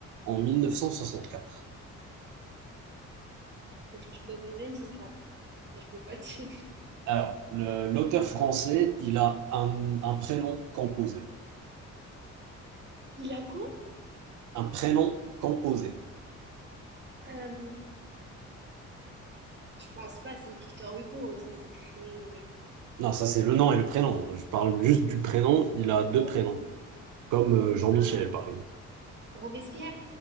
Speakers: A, on the right (about 80°); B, on the right (about 35°).
A: en 1964?
B: Faut que tu me donnes des indices, là. Enfin, je peux pas te... <laughs>
A: Alors, le- l'auteur français, il a un, un prénom composé.
B: Il a quoi?
A: Un prénom composé.
B: Euh, je pense pas, c'est Victor Hugo. Ça, c'est très...
A: Non,
B: Ça...
A: ça c'est le nom et le prénom. Je parle juste du prénom. Il a deux
B: Oh.
A: prénoms, comme euh, Jean-Michel,
B: Ah.
A: par exemple.
B: Robespierre?